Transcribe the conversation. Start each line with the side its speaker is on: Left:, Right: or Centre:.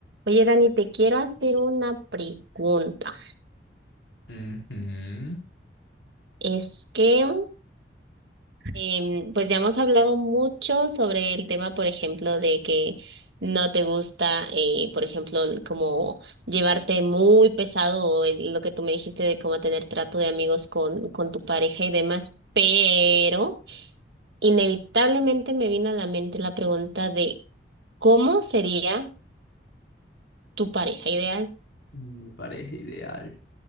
Right: Oye, Dani, te quiero hacer una pregunta.
Left: Ujú,
Right: Es que, em, pues ya hemos hablado mucho sobre el tema, por ejemplo, de que no te gusta, eh, por ejemplo, el como llevarte muy pesado o el- lo que tú me dijiste de cómo tener trato de amigos con, con tu pareja y demás, pero inevitablemente me vino a la mente la pregunta de ¿cómo sería tu pareja ideal?
Left: Mi pareja ideal.